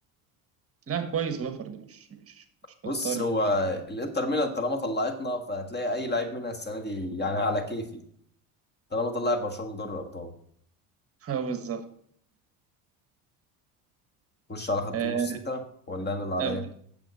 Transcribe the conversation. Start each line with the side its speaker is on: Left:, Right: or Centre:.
Right: لا كويس بافر ده مش مش مش
Left: بص
Right: بطال
Left: هو
Right: يعني
Left: الانتر ميلان طالما طلعتنا فهتلاقي اي لعيب منها السنه دي يعني على كيفي طالما طلعت برشلونه من دوري الابطال
Right: اه بالظبط
Left: خش على خط
Right: آه،
Left: النص انت ولا انا اللي عليا
Right: ابدا